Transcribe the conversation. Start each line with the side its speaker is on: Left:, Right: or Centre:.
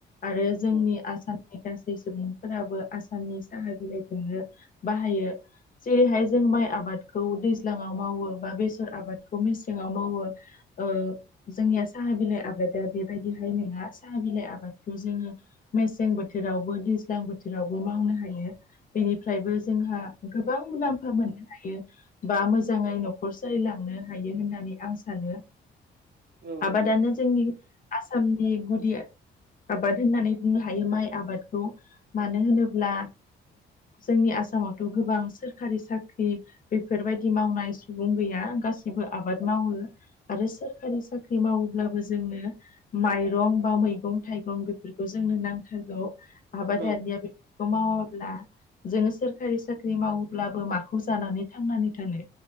Left: आरो जोंनि
Right: औ
Left: आसामनि गासै सुबुं फोराबो आसामनि साहा बिलाइखौनो बाहायो। जेरैहाय जों माइ आबादखौ दैज्लाङाव मावो बा बेसर आबादखौ मेसेङाव मावो। ओ जोंनिया साहा बिलाइ आबादा बेबायदिहाय नङा साहा बिलाइ आबादखौ जोङो मेसें बोथोरावबो दैज्लां बोथोरावबो मावनो हायो बेनिफ्रायबो जोंहा गोबां मुलाम्फा मोननो हायो बा मोजाङै न'खर सोलिलांनो हायो होननानै आं सानो
Right: औ नंगौ
Left: आबादानो जोंनि आसामनि गुदि आबाद होननानै बुंनो हायो माइ आबादखौ मानो होनोब्ला जोंनि आसामावथ' गोबां सोरखारि साख्रि बेफोरबायदि मावनाय सुबुं गैया गासिबो आबाद मावो आरो सोरखारि साख्रि मावोब्लाबो जोंनो माइरं बा मैगं थाइगं बेफोरखौ जोंनो नांथारगौ आबादारिया
Right: औ
Left: बे बेखौ मावाब्ला जोङो सोरखारि साख्रि मावोब्लाबो माखौ जानानै थांनानै थानो।